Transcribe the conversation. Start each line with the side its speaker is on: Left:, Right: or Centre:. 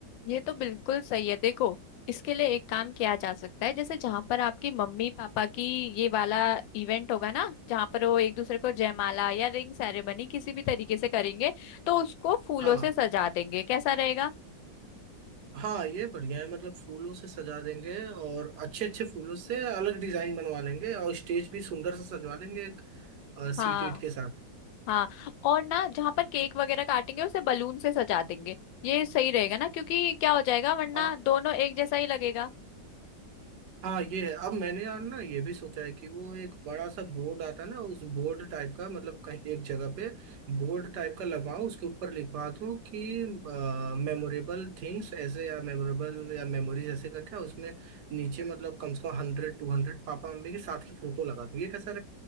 Left: ये तो बिल्कुल सही है देखो इसके लिए एक काम किया जा सकता है जैसे जहां पर आपकी मम्मी पापा की ये वाला इवेंट होगा ना जहां पर वो एक दूसरे को जयमाला या रिंग सेरेमनी किसी भी तरीके से करेंगे तो उसको फूलों
Right: हाँ
Left: से सजा देंगे कैसा रहेगा
Right: हाँ ये बढ़िया है मतलब फूलों से सजा देंगे और अच्छे अच्छे फूलों से अलग डिजाइन बनवा लेंगे और स्टेज भी सुंदर से सजवा लेंगे एक
Left: हाँ
Right: सीट ईट के साथ
Left: हाँ और ना जहां पर केक वगैरह काटेंगे उसे बलून से सजा देंगे ये सही रहेगा ना क्योंकि क्या हो जाएगा वरना
Right: आ,
Left: दोनों एक जैसा ही लगेगा
Right: हाँ ये है अब मैंने यार ना ये भी सोचा है कि वो एक बड़ा सा बोर्ड आता है ना उस बोर्ड टाइप का मतलब कहीं एक जगह पे बोर्ड टाइप का लगाऊं उसके ऊपर लिखवा दूं कि मेमोरेबल थिंग्स ऐसे या मेमोरेबल या मेमोरीज ऐसे करके उसमें नीचे मतलब कम से कम हंड्रेड टू हंड्रेड पापा मम्मी के साथ की फोटो लगा दूं ये कैसा